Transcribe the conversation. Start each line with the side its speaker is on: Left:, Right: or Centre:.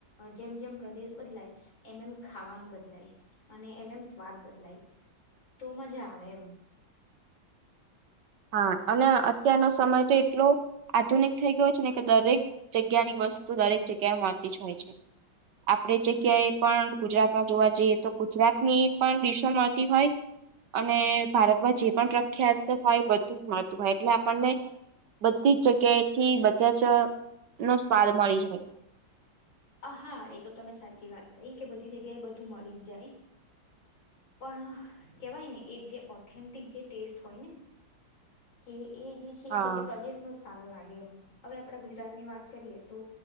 Left: જેમ જેમ પ્રદેશ બદલાય એમ એમ ખાવાનું બદલાય, અને એમ એમ સ્વાદ બદલાય તો મજા આવે એમ.
Right: હા અને અત્યારનો સમય તો એટલો. આધુનિક થઈ ગયું છે ને કે દરેક જગ્યાની વસ્તુ દરેક જગ્યા મળતી જ હોય છે આપણે જગ્યાએ પણ ગુજરાતમાં જોવા જઈએ તો ગુજરાત ની પણ દિશો મળતી હોય અને ભારતમાં જે પણ પ્રખ્યાત હોય બધું જ મળતું હોય એટલે આપણને બધી જ જગ્યાએ થી બધા જ નો સ્વાદ મળી જાય
Left: હા એ તો તમે સાચી વાત કહી કે બધી જગ્યાએ બધું મળી જ જાય. પણ કહેવાય ને એક જે ઓથેન્ટિક જે ટેસ્ટ હોય ને. કે એ જે છે
Right: હા
Left: જે તે પ્રદેશનો જ સારો લાગે એમ હવે આપડા ગુજરાતની વાત કરીએ તો